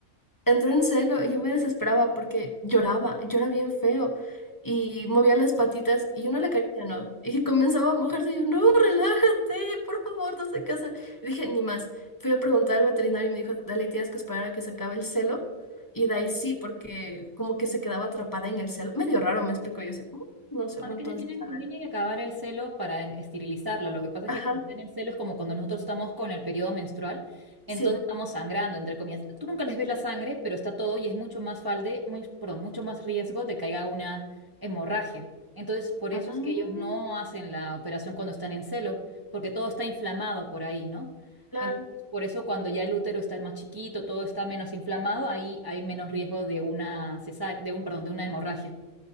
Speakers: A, on the left; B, on the right.
A: entró en celo y yo me desesperaba porque lloraba, llora bien feo y movía las patitas y yo no la caricia no. Y comenzaba a mojarse y yo, no, relájate, por favor, no sé qué hacer. Y dije, ni más. Fui a preguntar al veterinario y me dijo, dale, tienes que esperar a que se acabe el celo. Y de ahí sí, porque como que se quedaba atrapada en el celo. Medio raro, me explicó. Yo así, "Mm, no sé,
B: No,
A: bueno,
B: es que
A: entonces,
B: se tienen,
A: a
B: se
A: ver.
B: tiene que acabar el celo para esterilizarlo Lo que pasa
A: Ajá,
B: es que cuando está en el celo es como cuando nosotros estamos con el periodo menstrual, entonces
A: sí.
B: estamos sangrando, entre comillas. Tú nunca les ves la sangre, pero está todo y es mucho más falde, muy, perdón, mucho más riesgo de que haya una hemorragia. Entonces, por
A: Ah,
B: eso es que ellos no hacen la operación cuando están en celo, porque todo está inflamado por ahí, ¿no?
A: claro.
B: Entonces, por eso cuando ya el útero está más chiquito, todo está menos inflamado, ahí hay menos riesgo de una cesárea, de un, perdón, de una hemorragia.